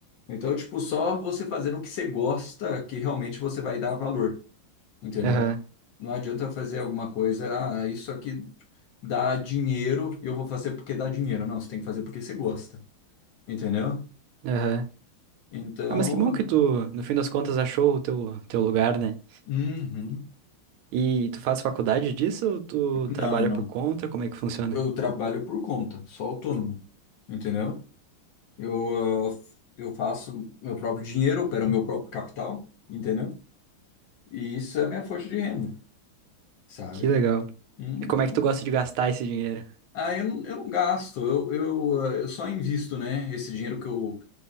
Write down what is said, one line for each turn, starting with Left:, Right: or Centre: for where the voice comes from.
Left: Então, tipo, só você fazendo o que você gosta que realmente você vai dar valor, entendeu?
Right: Aham,
Left: Não adianta fazer alguma coisa, ah, isso aqui dá dinheiro e eu vou fazer porque dá dinheiro. Não, você tem que fazer porque você gosta, entendeu?
Right: aham.
Left: Então,
Right: Ah, mas que bom que tu, no fim das contas, achou o teu, teu lugar, né?
Left: uhum.
Right: E tu faz faculdade disso ou tu trabalha
Left: Não, não.
Right: por conta? Como é que funciona?
Left: Eu trabalho por conta, sou autônomo, entendeu? Eu, eu faço meu próprio dinheiro, opero meu próprio capital, entendeu? E isso é a minha fonte de renda, sabe?
Right: Que legal.
Left: Uhum.
Right: E como é que tu gosta de gastar esse dinheiro?
Left: Ah, eu, não- eu não gasto, eu, eu, ah, eu só invisto, né? Esse dinheiro que eu,